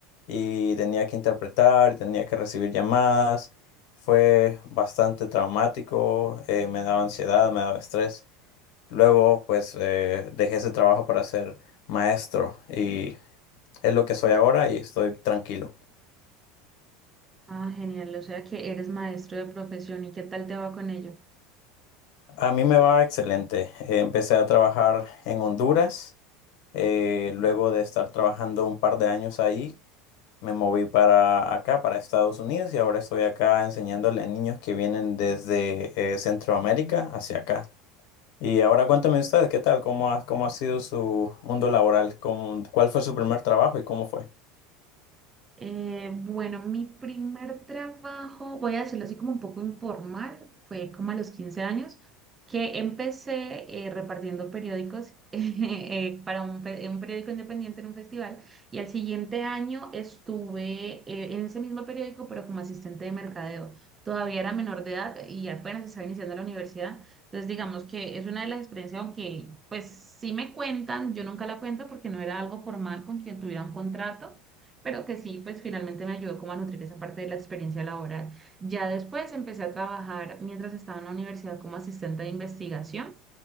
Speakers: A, on the left; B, on the right.
A: y tenía que interpretar y tenía que recibir llamadas. Fue bastante traumático, eh, me daba ansiedad, me daba estrés. Luego, pues, eh, dejé ese trabajo para ser maestro y es lo que soy ahora y estoy tranquilo.
B: Ah, genial, o sea que eres maestro de profesión y qué tal te va con ello.
A: A mí me va excelente. Eh, Empecé a trabajar en Honduras. Eh, luego de estar trabajando un par de años ahí, me moví para acá, para Estados Unidos, y ahora estoy acá enseñándole a niños que vienen desde eh, Centroamérica hacia acá. Y ahora cuéntame usted, ¿qué tal? ¿Cómo ha, cómo ha sido su mundo laboral? ¿Cómo- cuál fue su primer trabajo y cómo fue?
B: Eh, bueno, mi primer trabajo, voy a decirlo así como un poco informal, fue como a los 15 años, que empecé eh, repartiendo periódicos <laughs> eh, para un, pe- un periódico independiente en un festival y al siguiente año estuve eh, en ese mismo periódico pero como asistente de mercadeo. Todavía era menor de edad y apenas estaba iniciando la universidad, entonces digamos que es una de las experiencias, aunque pues sí me cuentan, yo nunca la cuento porque no era algo formal con quien tuviera un contrato pero que sí, pues finalmente me ayudó como a nutrir esa parte de la experiencia laboral. Ya después empecé a trabajar mientras estaba en la universidad como asistente de investigación.